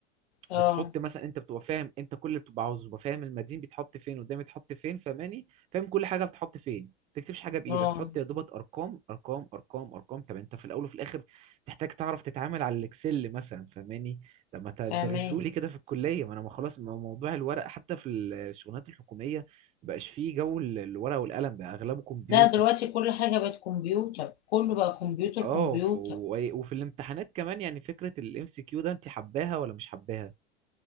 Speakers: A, on the left; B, on the right.
A: اه
B: بتحط مثلا انت بتبقى فاهم انت كل اللي بتبقى عاوزه بتبقى فاهم المدين بيتحط فين قدام بيتحط فين فاهماني فاهم كل حاجه بتحط فين ما تكتبش حاجه بايدك
A: اه
B: تحط يا دوبك ارقام ارقام ارقام ارقام طب انت في الاول وفي الاخر تحتاج تعرف تتعامل على الاكسل مثلا فاهماني طب ما تدرسولي
A: فاهمين
B: كده في الكليه ما انا ما خلاص ما هو موضوع الورق حتى في الشغلانات الحكوميه مبقاش فيه جو ال- الورق والقلم بقى اغلبه كمبيوتر
A: لا دلوقتي كل حاجة بقت كمبيوتر كله بقى كمبيوتر
B: اه
A: كمبيوتر
B: ف- و- وفي الامتحانات كمان يعني فكره الام سي كيو ده انت حباها ولا مش حباها